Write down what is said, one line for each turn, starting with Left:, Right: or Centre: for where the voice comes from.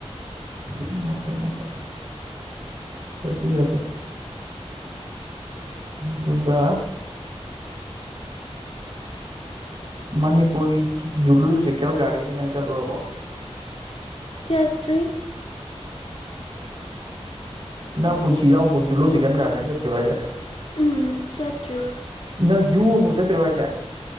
Right: ꯎꯝ ꯅꯠꯇꯦ ꯅꯠꯇꯦ ꯑꯗꯨ ꯌꯥꯗꯦ ꯑꯗꯨꯒ ꯃꯅꯤꯄꯨꯔꯤ ꯖꯨꯂꯣꯖꯤꯀꯦꯜ ꯒꯥꯔꯗꯦꯟꯗꯤ ꯅꯪ ꯆꯠꯂꯨꯔꯕꯣ
Left: ꯆꯠꯇ꯭ꯔꯤ
Right: ꯅꯪ ꯄꯨꯟꯁꯤꯗ ꯑꯃꯨꯛꯐꯣꯛ ꯖꯩꯂꯣꯖꯤꯀꯦꯟ ꯒꯥꯔꯗꯦꯟ ꯆꯠꯇ꯭ꯔꯤꯕ ꯍꯥꯏꯁꯦ
Left: ꯎꯝ ꯆꯠꯇ꯭ꯔꯤ
Right: ꯅꯪ ꯖꯨ ꯑꯃꯨꯛꯐꯥꯎ ꯆꯠꯇ꯭ꯔꯤꯕꯣ ꯍꯥꯏꯁꯦ